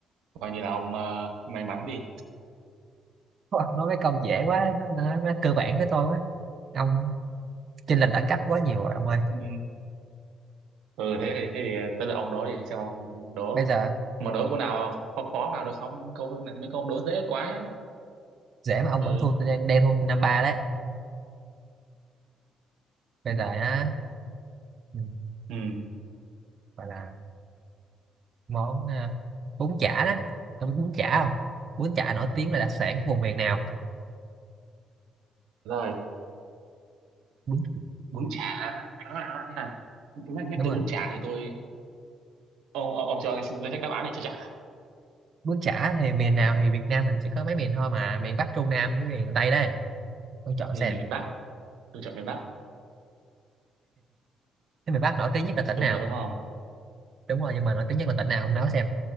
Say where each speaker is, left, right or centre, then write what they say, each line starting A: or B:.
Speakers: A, on the right; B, on the right.
A: coi như là ông ờ, may mắn đi
B: ông nói mấy câu dễ quá nó, nó, nó cơ bản với tôi á ông chênh lệch đẳng cấp quá nhiều rồi ông ơi
A: Ừ, ừ thế thì thế thì tới lượt ông đố đi xem ông đố
B: bây giờ
A: mà đố câu nào khó khó vào được không câu này- mấy câu ông đố dễ quá
B: dễ mà ông
A: ừ,
B: vẫn thua tôi đang đang thua năm ba đấy bây
A: ừ.
B: giờ á ừ,
A: ừ.
B: gọi là món à, bún chả đó ông biết bún chả không bún chả nổi tiếng là đặc sản của vùng miền nào
A: rồi
B: bún
A: bún chả à, à, à. à. Nhắc, nhắc
B: đúng
A: tới
B: rồi
A: bún chả thì tôi ông ông, ông cho cái danh sách đáp án này cho chắc
B: bún chả thì miền nào thì Việt Nam mình chỉ có mấy miền thôi mà miền Bắc Trung Nam với miền Tây đây ông chọn
A: thì
B: xem
A: miền Bắc tôi chọn miền Bắc
B: thế miền Bắc nổi tiếng nhất là tỉnh
A: đúng
B: nào
A: rồi đúng không
B: đúng rồi nhưng mà nổi tiếng nhất là tỉnh nào ông nói xem